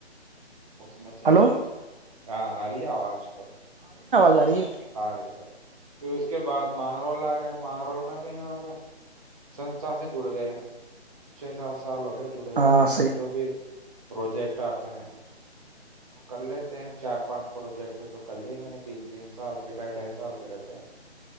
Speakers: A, on the right; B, on the right.
A: اس میں تھ
B: ہلو
A: اور کیا ہاں ہر آوج تو
B: جاری ہے
A: ارےے پھر اس کے بعد مانگرول آ گئے مانگرول میں بھی یہاں پہ سستھا سے جڑ گئے چھ سال سے سال ہوگئے جڑے
B: ہاں
A: ہوئے اس میں
B: صحیح
A: جو بھی پروجیکٹ آتے ہیں کر لیتے ہیں چار پانچ پروجیکٹ تو کر لیا میں نے تین تین سال کے ڈھائی ڈھائی سال کے رہتے ہیں